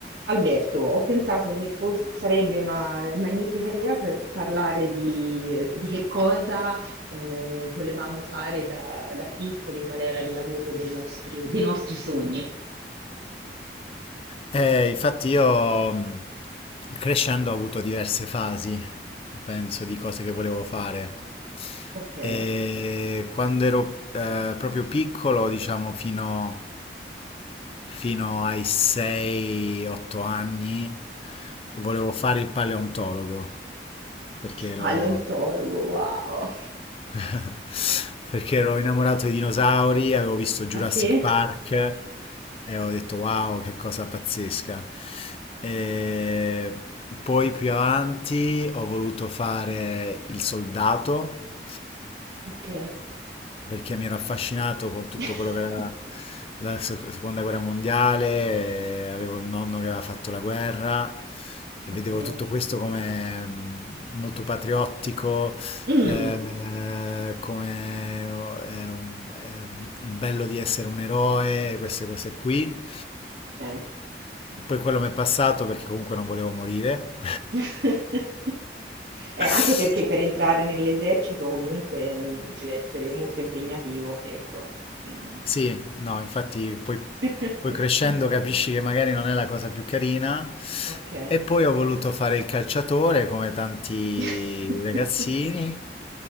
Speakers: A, on the right; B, on the left.
A: Alberto, ho pensato che fos- sarebbe una magnifica idea per parlare di, di che cosa eh, volevamo fare da, da piccoli, qual era il lavoro del nostri- dei nostri sogni.
B: Eh, infatti io mh, crescendo ho avuto diverse fasi, penso, di cose che volevo fare.
A: Ok, il
B: E quando ero eh, proprio piccolo, diciamo fino, fino ai 6-8 anni, volevo fare il paleontologo, perché ero...
A: paleontologo, wow.
B: <laughs> Perché ero innamorato dei dinosauri, avevo visto Jurassic
A: Ah sì?
B: Park e ho detto wow, che cosa pazzesca. E poi più avanti ho voluto fare il soldato
A: Ok,
B: perché mi ero affascinato con tutto
A: <laughs>
B: quello che era la sec- seconda guerra mondiale, eh, avevo il nonno che aveva fatto la guerra e
A: ok.
B: vedevo tutto questo come mh, molto patriottico,
A: Mm,
B: eh, come eh, un- eh, il bello di essere un eroe, queste cose qui.
A: ok.
B: Poi quello mi è passato perché comunque non volevo morire.
A: <laughs> Eh,
B: <laughs>
A: anche perché per entrare nell'esercito comunque è un- deve essere molto impegnativo, ecco. Mm.
B: Sì, no, infatti poi,
A: <laughs>
B: poi crescendo capisci che magari non è la cosa più carina.
A: Ok.
B: E poi ho voluto fare il calciatore come tanti
A: <laughs>
B: ragazzini,